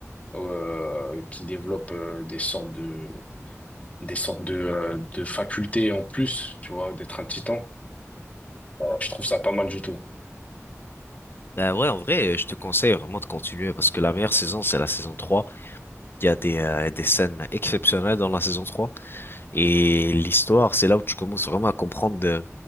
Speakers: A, on the left; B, on the left.
A: euh, qui développe euh, des sortes de des sortes de, euh, de facultés en plus, tu vois, d'être un titan. Euh, Je trouve ça pas mal du tout.
B: Bah ouais, en vrai, je te conseille vraiment de continuer parce que la meilleure saison, c'est la saison trois Il y a des, euh, des scènes exceptionnelles dans la saison trois Et l'histoire, c'est là où tu commences vraiment à comprendre euh,